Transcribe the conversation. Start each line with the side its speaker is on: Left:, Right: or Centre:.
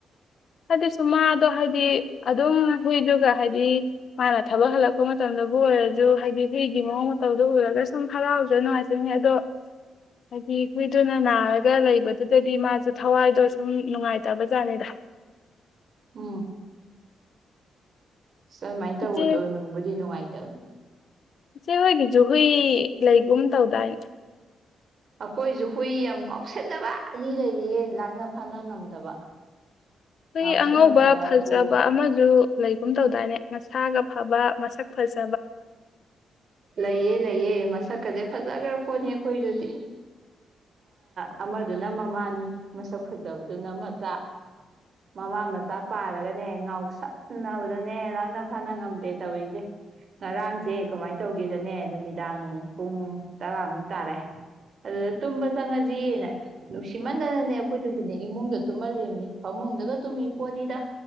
Left: ꯍꯥꯏꯗꯤ ꯁ ꯃꯥꯗꯣ ꯍꯥꯏꯗꯤ ꯑꯗꯨꯝ ꯍꯨꯏꯗꯨꯒ ꯍꯥꯏꯗꯤ ꯃꯥꯅ ꯊꯕꯛ ꯍꯜꯂꯛꯄ ꯃꯇꯝꯗꯕꯨ ꯑꯣꯏꯔꯁꯨ ꯍꯥꯏꯗꯤ ꯍꯨꯏꯒꯤ ꯃꯑꯣꯡ ꯃꯇꯧꯗꯣ ꯎꯔꯒ ꯁꯨꯝ ꯍꯔꯥꯎꯖ ꯅꯨꯡꯉꯥꯏꯖꯅꯤ ꯑꯗꯣ ꯍꯥꯏꯗꯤ ꯍꯨꯏꯗꯨꯅ ꯅꯥꯔꯒ ꯂꯩꯕꯗꯨꯗꯗꯤ ꯃꯥꯁꯨ ꯊꯋꯥꯏꯗꯣ ꯁꯨꯝ ꯅꯨꯡꯉꯥꯏꯇꯕꯖꯥꯠꯅꯤꯗ
Right: ꯑ ꯑꯗꯨꯃꯥꯏꯅ ꯇꯧꯕꯗꯣ
Left: ꯏꯆꯦ
Right: ꯅꯅꯨꯡꯕꯨꯗꯤ ꯅꯨꯡꯉꯥꯏꯇꯦ ꯇ
Left: ꯏꯆꯦ ꯍꯣꯏꯒꯤꯁꯨꯨ ꯍꯨꯏ ꯂꯩꯒꯨꯝ ꯇꯧꯗꯥꯏ
Right: ꯑꯩꯈꯣꯏꯁꯨ ꯍꯨꯏ ꯌꯥꯝ ꯉꯥꯎꯁꯟꯅꯕ ꯑꯅꯤ ꯂꯩꯔꯤꯌꯦ ꯂꯥꯡꯅ ꯐꯥꯅ ꯉꯝꯗꯕ
Left: ꯑꯩꯈꯣꯏ
Right: ꯉꯥꯎꯁꯤꯟꯅꯕꯕꯨ
Left: ꯑꯉꯧꯕ ꯐꯖꯕ ꯑꯃꯁꯗꯨ ꯂꯩꯒꯨꯝ ꯇꯧꯗꯥꯏꯅꯦ ꯉꯁꯥꯒ ꯐꯕ ꯃꯁꯛ ꯐꯖ
Right: ꯂꯩꯌꯦ ꯂꯩꯌꯦ ꯃꯁꯛ ꯆꯀꯁꯦ ꯐꯖꯈ꯭ꯔ ꯄꯣꯠꯅꯤ ꯑꯩꯈꯣꯏꯗꯨꯗꯤ ꯑꯃꯗꯨꯅ ꯃꯃꯥꯅꯤ ꯃꯁꯛ ꯐꯨꯗꯕꯗꯨꯅ ꯃꯆꯥ ꯃꯃꯥ ꯃꯆꯥ ꯄꯥꯔꯒꯅꯦ ꯉꯥꯎꯁꯕꯗꯅꯦ ꯉꯥꯛꯅ ꯐꯅ ꯉꯝꯗꯦ ꯇꯧꯔꯤꯁꯦ ꯉꯔꯥꯡꯁꯦ ꯀꯃꯥꯏꯅ ꯇꯧꯒꯦꯗꯅꯦ ꯅꯨꯃꯤꯗꯥꯡ ꯄꯨꯡ ꯇꯔꯥꯃꯨꯛ ꯇꯥꯔꯦ ꯑꯗꯨꯗ ꯇꯨꯝꯕ ꯆꯪꯉꯁꯤꯅ ꯅꯨꯡꯁꯤꯃꯟꯗꯅꯅꯦ ꯑꯩꯈꯣꯏꯗꯨꯁꯨꯅꯦ ꯏꯃꯨꯡꯗ ꯇꯨꯝꯍꯜꯂꯤꯕꯅꯤ ꯐꯃꯨꯡꯗꯒ ꯇꯨꯝꯃꯤ ꯄꯣꯠꯅꯤꯗ